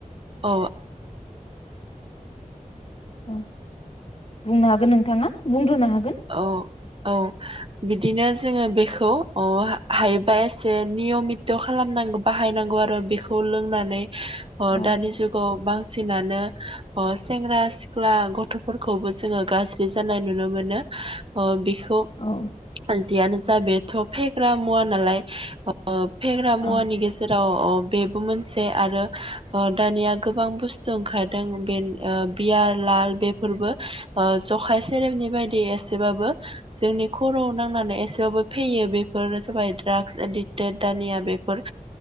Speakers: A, on the right; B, on the left.
A: अ
B: ओं बुंनो हागोन नोंथाङा बुंग्रोननो हा
A: औ औ बिदिनो जोङो बेखौ अ हायोबा एसे नियमित खालामनांगौ बाहायनांगौ आरो बेखौ लोंनानै अ
B: औ
A: दानि जुगाव बांसिन नानो सेंग्रा सिख्ला गथफोरखौबो जोङो गाज्रि जानाय नुनो मोनो अ बिखौ
B: औ
A: जियानो जा बेखौ थ फेग्रा मुवा नालाय ओ फेग्रा मुवानि
B: औ
A: गेजेराव अ बेबो मोनसे आरो ओ दानिया गोबां बुस्थु ओंखारदों बे बियार लाल बेफोरबो जखाय सेरेबनि बायदि एसेबाबो जोंनि खर'आव नांनानै एसेबाबो फैयो बेफोर जाबाय ड्राग्स एडिक्टेड दानिया बेफोर